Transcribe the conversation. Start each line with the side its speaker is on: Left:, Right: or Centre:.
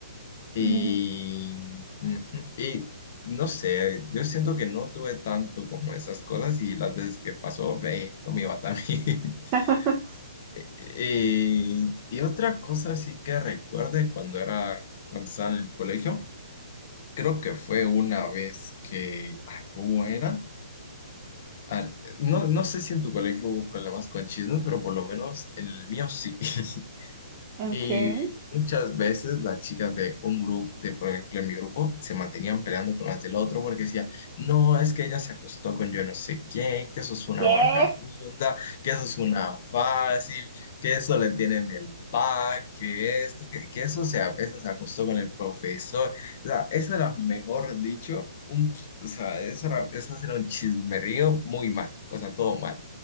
Left: Y,
Right: Y...
Left: ujú, y no sé, yo siento que no tuve tanto como esas cosas y las veces que pasó, ve, no me iba tan bien. <laughs>
Right: <laughs>
Left: Y, y otra cosa sí que recuerde cuando era, cuando estaba en el colegio, creo que fue una vez que, ah, ¿cómo era? A no, no sé si en tu colegio hubo problemas con chismes, pero por lo menos el mío sí. <laughs>
Right: Okay.
Left: Y muchas veces las chicas de un grupo, de por ejemplo en mi grupo, se mantenían peleando con las del otro porque decía, no, es que ella se acostó con yo no sé quién, que eso es una
Right: ¿Qué?
Left: vagabunda, que eso es una fácil, que eso le tienen el pack, que esto, que, que eso se, a- eso se acostó con el profesor. O sea, eso era, mejor dicho, un, ch- o sea, eso era, eso era un chismerío muy mal, o sea, todo mal.